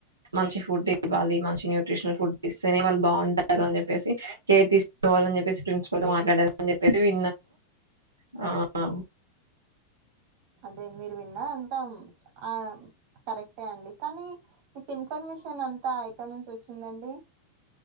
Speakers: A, on the right; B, on the right.
A: మంచి ఫుడ్ ఇవ్వాలి మంచి న్యూట్రిషనల్ ఫుడ్ ఇస్తేనే వాళ్ళు బాగుంటారు అని చెప్పేసి కేర్ తీసుకోవాలని చెప్పేసి ప్రిన్స్ ఎవరితో మాట్లాడని చెప్పేసి వి ఆ
B: అదే మీరు విన్న అంతా ఆ కరెక్టే అండి కానీ మీకు ఇన్ఫర్మేషన్ అంతా ఎక్కడి నుంచి వచ్చిందండి.